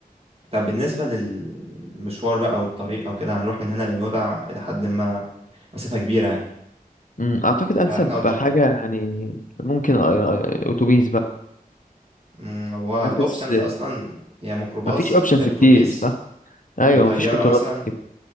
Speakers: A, on the right; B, on the left.
A: طب بالنسبة للمشوار بقى أو الطريق أو كده هنروح من هنا لنويبع إلى حد ما مسافة كبيرة
B: مم. اعتقد انسب
A: فإحنا قدام
B: حاجه يعني ممكن أ- أ- اتوبيس بقى
A: مم، هو
B: حاسس
A: الأوبشنز أصلا يا ميكروباص
B: مفيش اوبشنز
A: يا
B: كتير
A: أتوبيس
B: صح ايوه
A: يا طيارة
B: مفيش قطارات
A: مثلا
B: كده